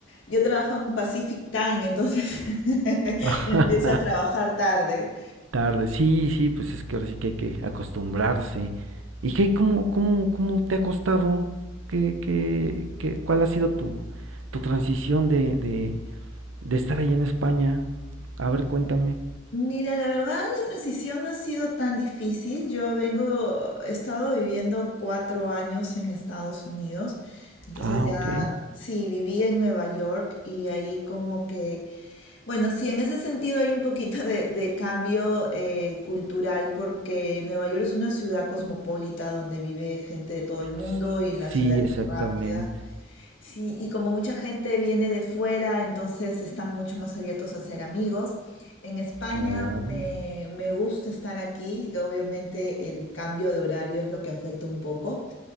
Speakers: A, on the left (about 75°); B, on the right (about 85°).
A: yo trabajo en Pacific Time, entonces <laughs>
B: <laughs> ajá,
A: empiezo a trabajar tarde.
B: tarde, sí, sí, pues es que ahora sí que hay que acostumbrarse. ¿Y qué, cómo, cómo, cómo te ha costado? ¿Qué, qué, qué, cuál ha sido tu, tu transición de, de, de estar allá en España? A ver, cuéntame.
A: Mira, la verdad, la transición no ha sido tan difícil. Yo vengo, he estado viviendo cuatro años en Estados Unidos, entonces
B: Ah,
A: ya,
B: ok.
A: sí, viví en Nueva York y ahí como que, bueno, sí, en ese sentido hay un poquito de, de cambio eh, cultural porque Nueva York es una ciudad cosmopolita donde vive gente de todo el mundo
B: S-
A: y la ciudad
B: Sí,
A: es
B: exactamente.
A: muy rápida. Sí, y como mucha gente viene de fuera, entonces están mucho más abiertos a ser amigos. En España
B: Oh,
A: Sí, me, me gusta estar aquí, que obviamente el cambio de horario es lo que afecta un poco.